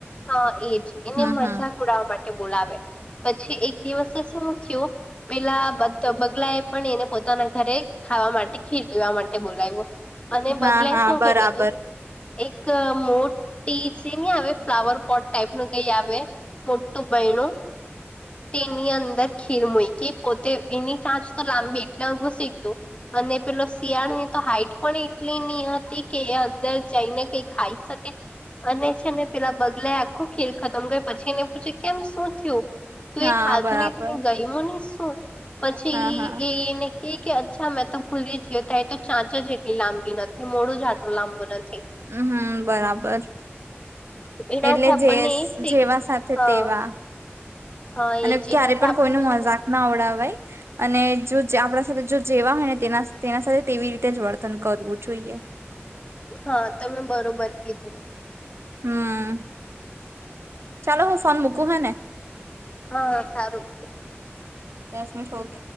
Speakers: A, on the left; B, on the right.
A: હા એજ એને
B: હમ
A: મજાક
B: હમ
A: ઉડાવવા માટે બોલાવે. પછી એક દિવસે શું થયુ પેલા બગલા એ પણ એને પોતાના ઘરે ખાવા માટે ખીર પીવા માટે બોલાવ્યો અને બગલા
B: હા હા
A: શું
B: બરાબર
A: કર્યું તુ એક મોટી જે નની આવે ફ્લાવર પોટ ટાઈપ ન કઈ આવે. મોટું બહેણું તેની અંદર ખીર મુઈકી પોતે એની ચાંચ તો લાંબી એટલે ઉઘુંસી ગયયો. અને પેલો શિયાળુની તો હાઈટ પણ એટલીની હતી કે એ અંદર જઈને કઈ ખાઈ શકે અને છે ને પેલા બગલે આખું ખીર ખતમ કર પછી ને પૂછે કેમ શું થયુ. તું
B: હા
A: એ ખાતું
B: બરાબર
A: ને તને ગયમ હી, શું પછી
B: હા હા
A: એને કે કે અચ્છા મેં તો ભૂલી ગયો ત તો ચાંચા જેટલી લાંબી નથી મોડું જાટલું લાંબુ નથી.
B: હમ હમ બરાબર
A: એનાથી
B: એટલે
A: આપણને
B: જે
A: એ શીખ
B: જેવા સાથે
A: હા
B: તેવા
A: હા
B: અને
A: એજ
B: ક્યારે
A: એનાથી
B: પણ
A: આપણને
B: કોઈ ન મજાક ના આવવડાવવાય. અને જો આપણા સાથે જો જેવા હોય ને તે તેના સાથે તેવી રીતે જ વર્તન કરવું જોઈએ.
A: હા તમે બરોબર કીધુ
B: હમ્મ ચાલો હું ફોન મુૂકું હ ને
A: હા સારું
B: દસમ શો ગ